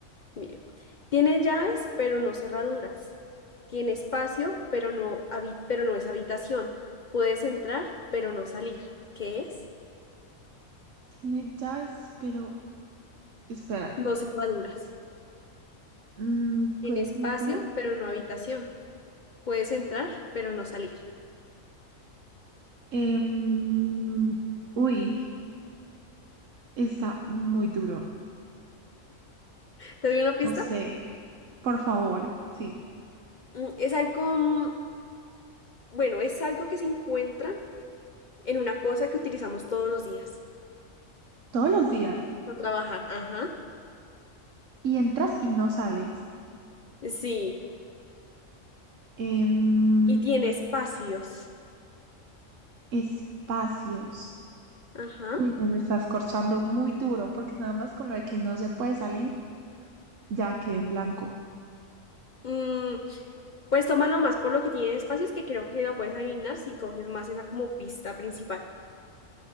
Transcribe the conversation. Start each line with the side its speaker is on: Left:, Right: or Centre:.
Left: Mire, tiene llaves, pero no cerraduras. Tiene espacio, pero no, habi- pero no es habitación. Puedes entrar, pero no salir. ¿Qué es?
Right: Tiene llaves, pero... Espera.
Left: No cerraduras.
Right: Mm,
Left: Tiene
Right: ¿puedes
Left: espacio,
Right: entrar?
Left: pero no habitación. Puedes entrar, pero no salir.
Right: Em, Uy, está muy duro.
Left: ¿Te doy una pista?
Right: No sé, por favor, sí.
Left: Mm, Es algo, mm, bueno, es algo que se encuentra en una cosa que utilizamos todos los días.
Right: Todos los días.
Left: Para trabajar, ajá.
Right: Y entras y no sales.
Left: Sí.
Right: Em,
Left: Y tiene espacios.
Right: espacios.
Left: Ajá.
Right: Uy, no me estás corchando muy duro, porque nada más con lo de que no se puede salir. Ya quedé en blanco.
Left: Mm, pues tómalo más por lo que tiene de espacios que creo que lo puedes adivinar si coges más esa como pista principal.